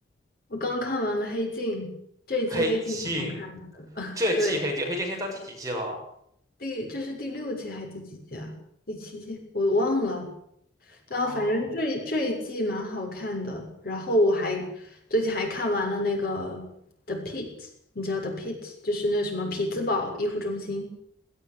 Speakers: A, on the left; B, on the right.
A: 我刚看完了《黑镜》，这一季《黑镜》蛮好看
B: 黑镜，这季黑镜，
A: 对，
B: 黑镜现在到第几季了？
A: 第这是第六季还是第几季啊？第七季我忘了。然后反正这一这一季蛮好看的。
B: 哦。
A: 然后我还最近还看完了那个《The p i t 你知道《The Pitt》就是那什么匹兹堡医护中心？